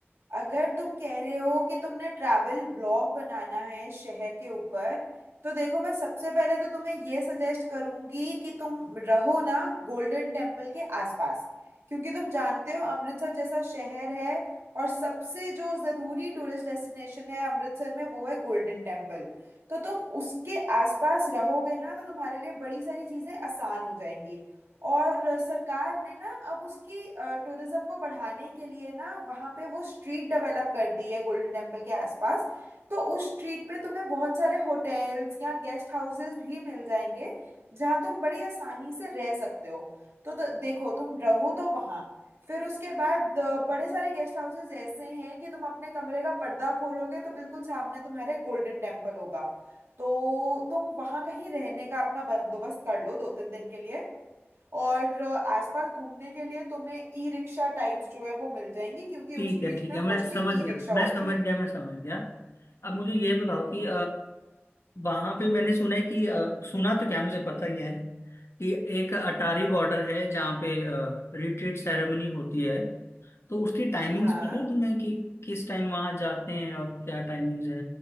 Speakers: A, on the right; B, on the left.
A: अगर तुम कह रहे हो कि तुमने ट्रैवल व्लॉग बनाना है शहर के ऊपर तो देखो मैं सबसे पहले तो तुम्हें ये सजेस्ट करूंगी कि तुम रहो ना गोल्डन टेम्पल के आसपास क्योंकि तुम जानते हो अमृतसर जैसा शहर है और सबसे जो ज़रूरी टूरिस्ट डेस्टिनेशन है अमृतसर में वो है गोल्डन टेम्पल तो तुम उसके आसपास रहोगे ना तो तुम्हारे लिए बड़ी सारी चीज़ें आसान हो जाएंगी और सरकार ने ना अब उसकी टूरिज्म को बढ़ाने के लिए ना वहाँ पे वो स्ट्रीट डेवलप कर दी है गोल्डन टेम्पल के आसपास तो उस स्ट्रीट पे तुम्हें बहुत सारे होटल्स या गेस्ट हाउसेस भी मिल जाएंगे जहाँ तुम बड़ी आसानी से रह सकते हो तो, तो देखो तुम रहो तो वहाँ फिर उसके बाद अ, बड़े सारे गेस्ट हाउसेस ऐसे हैं कि तुम अपने कमरे का पर्दा खोलोगे तो बिल्कुल सामने तुम्हारे गोल्डन टेम्पल होगा तो तुम वहाँ कहीं रहने का अपना बंदोबस्त कर लो दो तीन दिन के लिए और अ, आसपास घूमने के लिए तुम्हें ई रिक्शा टाइप्स जो है वो मिल जाएंगी क्योंकि उस
B: ठीक
A: स्ट्रीट
B: है ठीक
A: में
B: है मैं
A: मोस्टली
B: समझ
A: ई
B: गया
A: रिक्शा होती
B: मैं समझ
A: है
B: गया मैं समझ गया अब मुझे ये बताओ कि वहां पे मैंने सुना है कि अ, सुना तो क्या मुझे पता ही है कि एक अटारी बॉर्डर है जहाँ पे रिट्रीट सेरेमनी होती है तो उसकी टाइमिंग्स
A: हाँ
B: पता है तुम्हें कि किस टाइम वहां जाते हैं और क्या टाइमिंग्स है